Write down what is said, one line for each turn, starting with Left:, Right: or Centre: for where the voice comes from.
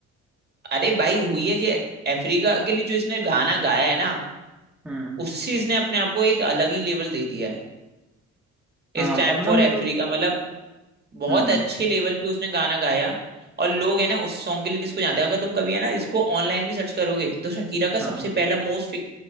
Right: अरे भाई हुई है जे अफ्रीका के लिए जो इसने गाना गाया है ना
Centre: हम्म
Right: उससे इसने अपने आप को एक अलग ही लेवल दे दिया है
Centre: हाँ
Right: इस टाइम
Centre: अब ना
Right: फॉर
Centre: मतलब
Right: अफ्रीका मतलब बहुत
Centre: हम्म
Right: अच्छे लेवल पे उसने गाना गाया और लोग है ना उस सॉन्ग के लिए इसको जानते हैं अगर तुम कभी है ना इसको ऑनलाइन भी सर्च करोगे तो शकीरा का
Centre: हाँ
Right: सबसे पहला मोस्ट